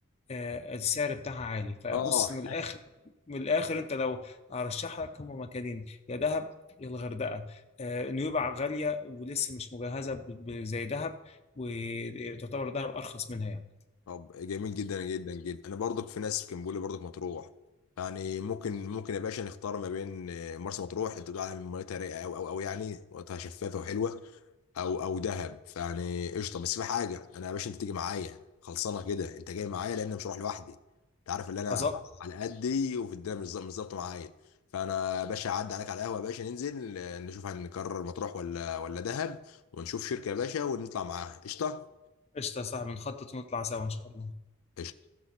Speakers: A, on the left (about 30°); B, on the left (about 80°).
A: آه، السعر بتاعها عالي فبص
B: اه
A: من الاخر من الاخر انت لو هرشح لك هم مكانين يا دهب يا الغردقه آه، نويبع غاليه ولسه مش مجهزه ب- ب- زي دهب وتعتبر دهب ارخص منها يعني
B: طب جميل جدا جدا جدا انا برضك في ناس كان بيقول لي برضك مطروح يعني ممكن ممكن يا باشا نختار ما بين آه، مرسى مطروح انت بتقول على ميتها رايقه قوي قوي قوي يعني ميتها شفافه وحلوه او او دهب فيعني قشطه بس في حاجه انا يا باشا انت تيجي معايا خلصانه كده انت جاي معايا لان أنا مش هروح لوحدي انت عارف ان انا
A: خلاص
B: على قدي وفي الدنيا مش ظا- مش ظابطه معايا فانا يا باشا هعدي عليك على القهوه يا باشا ننزل آه، نشوف هنكرر مطروح ولا ولا دهب ونشوف شركه يا باشا ونطلع معاها قشطه
A: قشطه يا صاحبي نخطط ونطلع سوا ان شاء الله
B: قشطة.